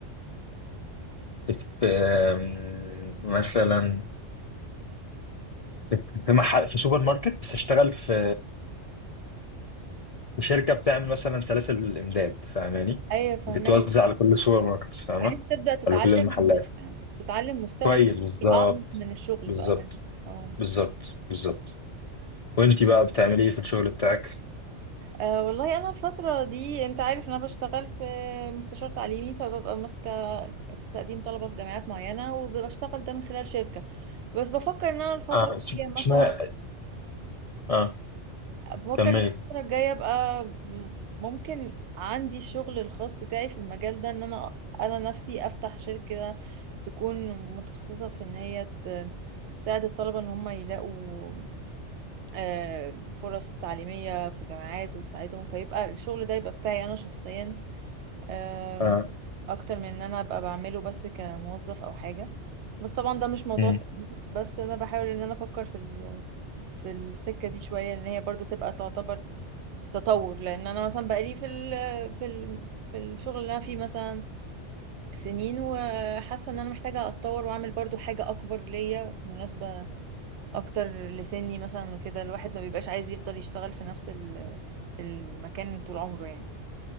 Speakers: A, on the left; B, on the right.
A: في في- مثلا في في محل في سوبر ماركت بس اشتغل في في شركه بتعمل مثلا سلاسل الامداد فاهماني
B: ايوه فهماك
A: بتوزع
B: اه
A: لكل السوبر ماركت فاهمه
B: بحيث تبدأ تتعلم
A: ولا كل المحلات
B: تتعلم مستوى
A: كويس
B: تاني
A: بالظبط
B: اعمق من الشغل
A: بالظبط
B: بقى من اه
A: بالظبط بالظبط وانتي بقى بتعملي ايه في الشغل بتاعك
B: آه، والله انا الفترة دي انت عارف ان انا بشتغل في مستشار تعليمي فببقى ماسكة تقديم طلبة في جامعات معينة وبشتغل ده من خلال شركة بس بفكر ان انا الفترة
A: آه
B: الجاية
A: اس-
B: مثلا
A: اسماء اه
B: بفكر
A: كملي
B: إن الفترة الجاية ابقى م- ممكن عندي الشغل الخاص بتاعي في المجال ده ان انا انا نفسي افتح شركة تكون متخصصة في ان هي ت- تساعد الطلبة ان هم يلاقوا آه، فرص تعليمية في الجامعات وتساعدهم فيبقى الشغل ده يبقى بتاعي انا شخصيا آم،
A: آه.
B: اكتر من ان انا ابقى بعمله بس كموظف او حاجة بس طبعا ده مش موضوع
A: مم.
B: سخيف، بس انا بحاول ان انا افكر في ال- في السكة دي شوية ان هي برضو تبقى تعتبر تطور لان انا مثلا بقالي في ال في ال في الشغل اللي انا فيه مثلا سنين وحاسه ان انا محتاجه اتطور واعمل برضو حاجه اكبر ليا مناسبه اكتر لسني مثلا وكده الواحد ما بيبقاش عايز يفضل يشتغل في نفس ال- المكان طول عمره يعني